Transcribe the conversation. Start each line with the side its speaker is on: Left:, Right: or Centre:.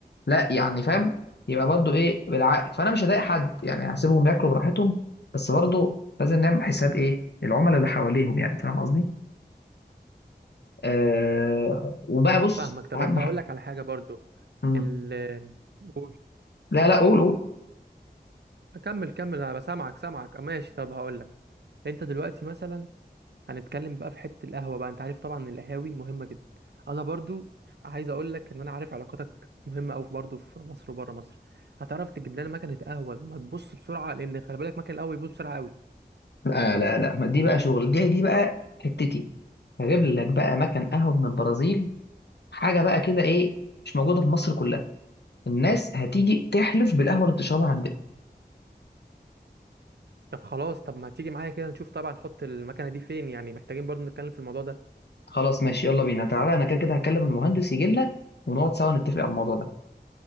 Left: لا يعني فاهم يبقى برضو ايه بالعقل فانا مش هضايق حد يعني هسيبهم ياكلوا براحتهم بس برضو لازم نعمل حساب ايه العملاء اللي حواليهم يعني فاهم قصدي آه وبقى بص
Right: فاهمك طب
Left: اهم
Right: انت
Left: حاجه
Right: اقول لك على حاجه برضو
Left: مم.
Right: ال قول
Left: لا لا قول قول
Right: كمل كمل انا بسامعك سامعك ماشي طب هقول لك انت دلوقتي مثلا هنتكلم بقى في حته القهوه بقى انت عارف طبعا ان القهاوي مهمه جدا انا برضو عايز اقول لك ان انا عارف علاقاتك مهمه قوي برضو في مصر وبره مصر هتعرف تجيب لنا مكنه قهوه ما تبص بسرعه لان خلي بالك مكنه القهوه بيبص بسرعه قوي
Left: لا لا لا ما دي بقى شغل دي دي بقى حتتي هجيب لك بقى مكان قهوه من البرازيل حاجه بقى كده ايه مش موجوده في مصر كلها الناس هتيجي تحلف بالقهوه اللي بتشربها عندنا
Right: طب خلاص طب ما تيجي معايا كده نشوف طبعا نحط المكنه دي فين يعني محتاجين برضو نتكلم في الموضوع ده
Left: خلاص ماشي يلا بينا تعالى انا كده كده هكلم المهندس يجي لنا ونقعد سوا نتفق على الموضوع ده